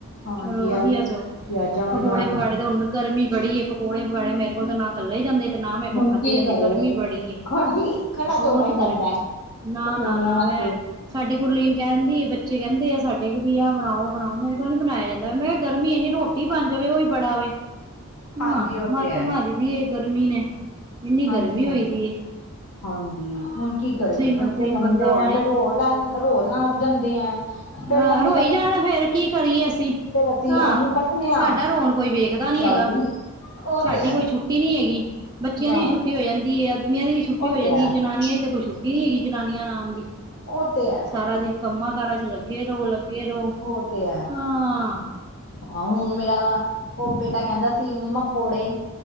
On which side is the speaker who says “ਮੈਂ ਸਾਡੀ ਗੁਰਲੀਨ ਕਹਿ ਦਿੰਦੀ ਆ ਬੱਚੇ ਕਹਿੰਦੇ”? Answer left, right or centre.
Right